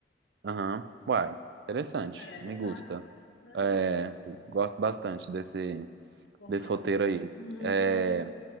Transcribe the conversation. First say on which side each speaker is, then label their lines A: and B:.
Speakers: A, on the right; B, on the left.
A: aham. Uai, interessante.
B: É,
A: Me gusta.
B: vai, né?
A: É, gosto bastante desse,
B: Normal.
A: desse roteiro aí.
B: Uhum.
A: É,